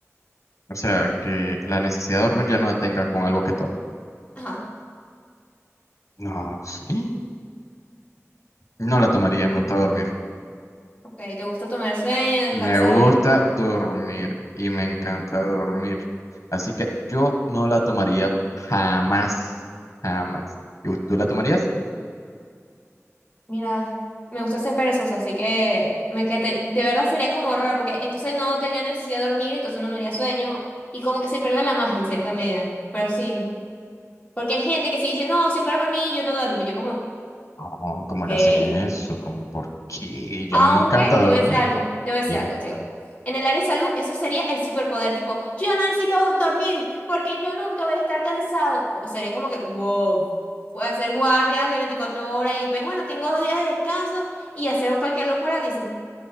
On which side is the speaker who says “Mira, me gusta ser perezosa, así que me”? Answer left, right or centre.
Left